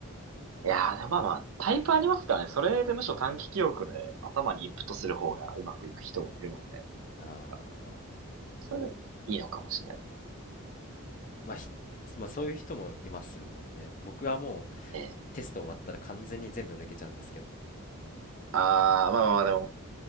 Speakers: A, on the right (about 70°); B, on the left (about 35°).
A: いやー、でもまあまあ、タイプありますからね。それでむしろ短期記憶で頭にインプットする方がうまくいく人もいるので、なん
B: あ
A: か
B: ー
A: それでいいのかもしれないですね。
B: まあ、ひまあそういう人もいますもんね。僕はもう
A: ええ。
B: テスト終わったら完全に全部抜けちゃうんですけど
A: あー、まあまあまあ、でも、